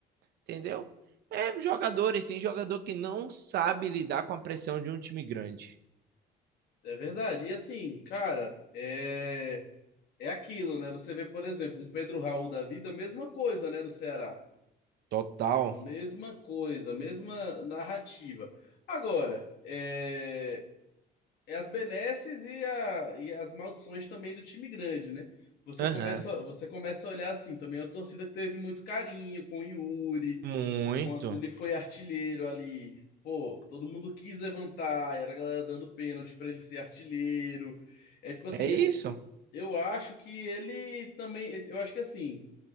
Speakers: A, on the right (about 70°); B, on the left (about 70°).
A: entendeu? É jogadores, tem jogador que não sabe lidar com a pressão de um time grande.
B: É verdade. E assim, cara, é. É aquilo, né? Você vê, por exemplo, um Pedro Raul da vida, mesma coisa, né, no Ceará.
A: Total.
B: Mesma coisa, mesma narrativa. Agora, é, é as benesses e, a- e as maldições também do time grande, né? Você
A: Aham,
B: começa, você começa a olhar assim também. A torcida que teve muito carinho com o Yuri,
A: uhum. muito.
B: quando ele foi artilheiro ali. Pô, todo mundo quis levantar, era a galera dando pênalti pra ele ser artilheiro. É tipo assim,
A: É isso.
B: eu eu acho que ele também. Eu acho que assim,